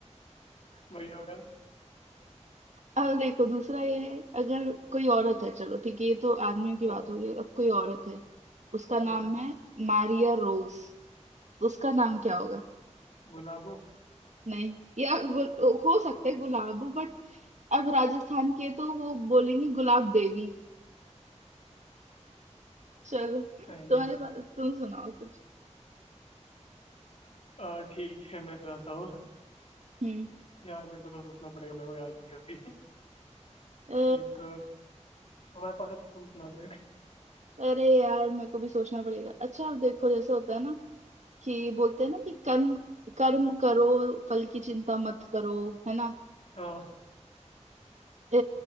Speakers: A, on the left; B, on the right.
A: वही होगा
B: अब देखो दूसरा ये है अगर कोई औरत है चलो ठीक है ये तो आदमियों की
A: हाँ
B: बात हो गई अब कोई औरत है उसका नाम
A: हाँ
B: है मारिया रोज तो उसका नाम
A: okay,
B: क्या होगा
A: गुलाबो
B: नहीं या गु, हो सकता है गुलाब बट अब राजस्थान के तो वो बोलेंगे गुलाब देवी चलो तुम्हारे
A: सही है
B: पास तुम सुनाओ कुछ
A: अ, ठीक है मैं सुनाता हूँ
B: हम्म
A: यार मेरे को तो सोचना पड़ेगा मेरे को याद नहीं अभी <laughs>
B: अ,
A: एक अ, तुम्हारे पास है तो तुम सुना दो एक
B: अरे यार मेरे को भी सोचना पड़ेगा अच्छा अब देखो जैसे होता है ना कि बोलते हैं ना कि कर्म कर्म करो फल की चिंता मत करो है ना
A: हाँ
B: अ,